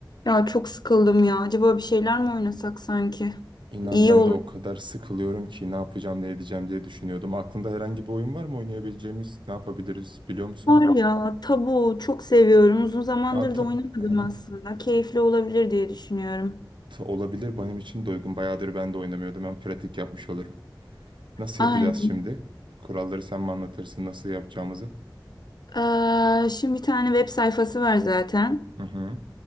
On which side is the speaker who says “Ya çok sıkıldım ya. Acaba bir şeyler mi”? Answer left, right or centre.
Left